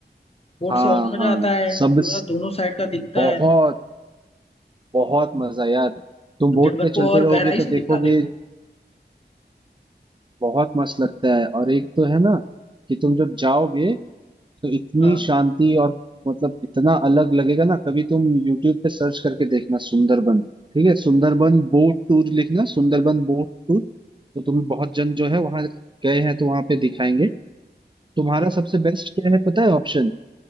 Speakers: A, on the left; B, on the right.
A: बोट
B: हाँ
A: से और मजा
B: हाँ
A: आता है पूरा
B: सब
A: दोनों साइड का दिखता
B: बहुत
A: है
B: बहुत मजा यार तुम
A: जंगल
B: बोट पे
A: को
B: चलते
A: और
B: रहोगे
A: गहराई
B: तो
A: से दिखा
B: देखोगे
A: देगा वो
B: बहुत मस्त लगता है और एक तो है ना कि तुम जब जाओगे तो इतनी
A: हाँ
B: शांति और मतलब इतना अलग लगेगा ना कभी तुम यूट्यूब पे सर्च करके देखना सुंदरबन ठीक है सुंदरबन बोट टूर लिखना सुंदरबन बोट टूर तो तुम्हें बहुत जन जो है वहां गए हैं तो वहां पे दिखाएंगे तुम्हारा
A: क्या?
B: सबसे बेस्ट क्या है पता है ऑप्शन